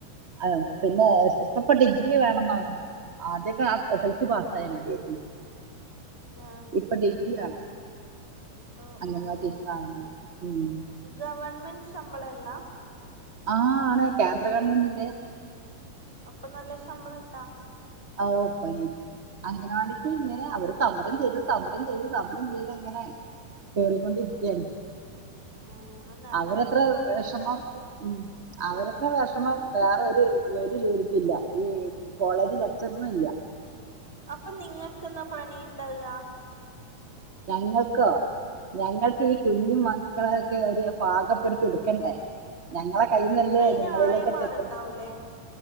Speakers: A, on the right; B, on the right.
A: ആ പിന്നെ ഇപ്പ ഇപ്പ ഡിഗ്രി വേണെന്ന ആദ്യക്കെ അ എസ് എൽ സി പാ പയെ മതിര്ന്ന്
B: ആ
A: ഇപ്പൊ ഡിഗ്രി വേണം.
B: അഅഅഹ്
A: അംഗൻവാടി ടീച്ചർ ആവണമെങ്കിൽ ഉം.
B: ഗവണ്മെന്റ് ശമ്പളല്ലാ
A: ആ ആണ് കേന്ദ്ര ഗവൺമെന്റിന്റെ
B: അപ്പൊ നല്ല ശമ്പളം ഇണ്ടാ?
A: അഒ പയി അങ്ങനെവാടിക്ക് ഇങ്ങനെ അവര് സമരം ചെയ്ത് സമരം ചെയ്ത് സമരം ചെയ്ത് ഇങ്ങനെ കേറിക്കൊണ്ടിരിക്കാണ്
B: ആ നല്ലതെങ്കി
A: അവരെത്ര
B: കൊഴപ്പില്ല
A: വിഷമം ഉ അവരക്കെ വിഷമം വേറെരു ഒരു ജോലിക്കില്ല ഈ കോളേജില ത്ചെറണില്ല
B: അപ്പൊ നിങ്ങക്ക്ന്നാ പണിണ്ടാവ്ക
A: ഞങ്ങൾക്കോ ഞങ്ങൾക്ക് ഈ കുഞ്ഞിമക്കളൊക്കെ ഒരു പാകപ്പെടുത്തി എടുക്കണ്ടേ ഞങ്ങളെ
B: ഉം
A: കയ്ന്നല്ലേ
B: അയിന്
A: നിങ്ങളിലേക്കക്കെ
B: ആയമാറുണ്ടാവൂലേ
A: എത്തുന്ന